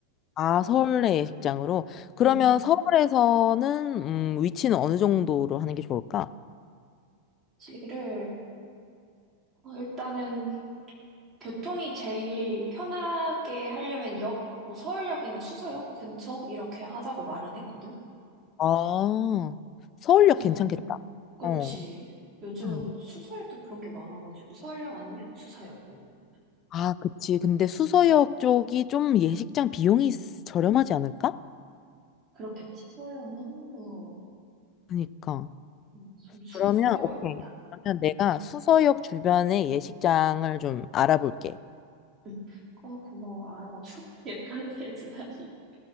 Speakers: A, on the left; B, on the right.
A: 아, 서울의 예식장으로. 그러면
B: 응.
A: 서울에서는 음, 위치는 어느 정도로 하는 게 좋을까?
B: 예식을, 어, 일단은 교통이 제일 편하게 하려면 역, 뭐 서울역이나 수서역 근처 이렇게 하자고 말은 했거든.
A: 아, 서울역
B: 그래서
A: 괜찮겠다.
B: 그치.
A: 어.
B: 요즘은
A: 음.
B: 뭐 수서에도 그런 게 많아가지고 서울역 아니면 수서역. 뭐, 뭐.
A: 아, 그치. 근데 수서역 쪽이 좀 예식장 비용이 쓰- 저렴하지 않을까?
B: 그렇겠지. 서울역은 너무 뭐,
A: 그러니까.
B: 뭐, 좀 순서로
A: 그러면, 오케이.
B: 일단.
A: 그러면
B: 응,
A: 내가 수서역 주변의 예식장을 좀 알아볼게.
B: 응. 어, 고마워. 알아봐주고 <laughs> 여기까지 해주다니.